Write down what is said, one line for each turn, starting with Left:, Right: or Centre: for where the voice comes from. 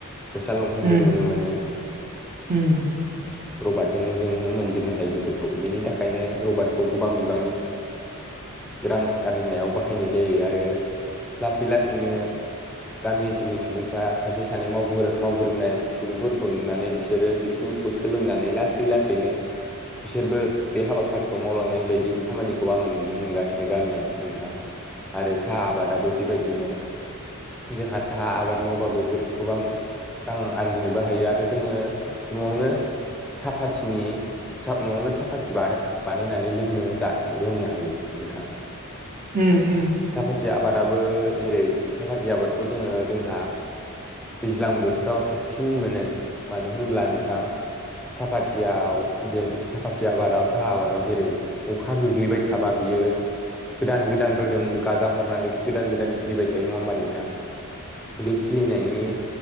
Centre: गसा लंपेन्टबो
Right: उम
Centre: नुनो मोनो।
Right: उम
Centre: रबटजोंनो जोङो मोनजोबनो हायो बेफोरखौ बेनि थाखाय खायनो रबार्टखौ गोबां बिबांनि रां आरजिनायाव बाहाय बाहायनाय जायो आरो लासै-लासैनो गामि ओनसोलनि सुबुंफ्रा सासे सानै मावगोर-मावगोरोनाय सुबुंफोरखौ नुनानै बिसोर बिसोरो बिसोरनिखौ सोलोंनानै लासै लासैनो बिसोरबो बे हाबा फारिखौ मावलांनाय बायदि खामानिखौ आङो नुनो मोनगासिनो गामियाव नोंथां। आरो साहा आबादाबो बेबायदिनो जोंहा साहा आबाद मावबाबो जोब गोबां रां आरजिनोबो हायो आरो जोङो न'आवनो सापाथिनि सा न'आवनो साहापाथि बानायनानै लोंनो जा लोंनो हायो नोंथां।
Right: ओम उम
Centre: साफाथि आबादाबो जेरै सापाथि आबादखौ जोङो जोंहा दैज्लां बोथोराव साबसिन मोनो। मानो होनोब्ला नोंथां साफाथियाव जेन साफाथि आबादाव साहा आबादाव जेरै अखा गोग्लैबाय थाबा बियो गोदान गोदान रोदोम गाजा हरनानै गोदान गोदान खिलिबाय थायो नङा होमबा नोंथां बे खिलिनायनि